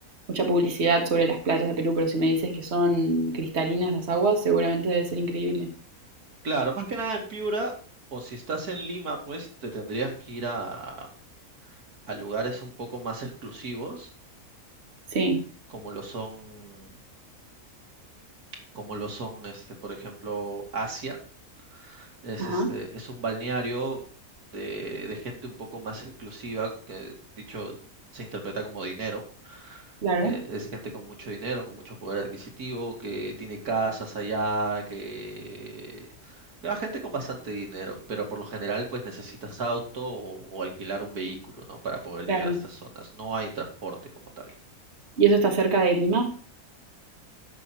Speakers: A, on the right; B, on the right.
A: mucha publicidad sobre las playas de Perú, pero si me dices que son cristalinas las aguas, seguramente debe ser increíble.
B: Claro, más que nada en Piura, o si estás en Lima, pues te tendrías que ir a, a lugares un poco más exclusivos,
A: Sí,
B: como lo son, como lo son, este, por ejemplo, Asia Es
A: ajá,
B: este, es un balneario de, de gente un poco más exclusiva, que dicho se interpreta como dinero.
A: claro,
B: Eh, es gente con mucho dinero, con mucho poder adquisitivo, que tiene casas allá, que... lleva gente con bastante dinero, pero por lo general pues necesitas auto o, o alquilar un vehículo, ¿no? Para poder
A: claro.
B: llegar a estas zonas. No hay transporte como tal.
A: ¿Y eso está cerca de Lima?